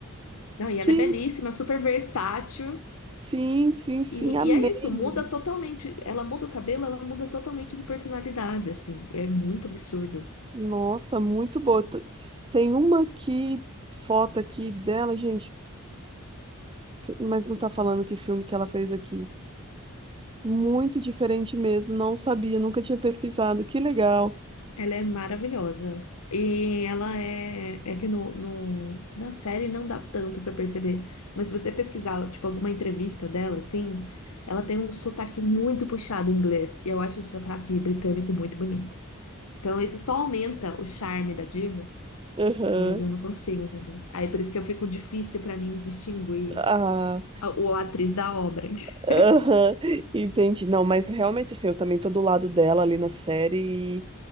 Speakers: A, on the left (about 80°); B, on the right (about 20°).
A: Não, e
B: Que
A: ela é belíssima, super versátil.
B: sim, sim, sim,
A: E,
B: amei.
A: e é isso, muda totalmente. Ela muda o cabelo, ela muda totalmente de personalidade, assim. É muito absurdo.
B: Nossa, muito boa. T- Tem uma aqui, foto aqui dela, gente, que- mas não tá falando que filme que ela fez aqui. Muito diferente mesmo, não sabia, nunca tinha pesquisado. Que legal.
A: Ela é maravilhosa. E ela é. É que no, no- na série não dá tanto pra perceber. Mas se você pesquisar, tipo, alguma entrevista dela, assim, ela tem um sotaque muito puxado em inglês. E eu acho o sotaque britânico muito bonito. Então isso só aumenta o charme da diva.
B: Aham.
A: E aí eu não consigo, entendeu? Aí por isso que eu fico difícil pra mim distinguir
B: Ah.
A: a, o a atriz da obra. <laughs>
B: Aham, entendi. Não, mas realmente, assim, eu também tô do lado dela ali na série e,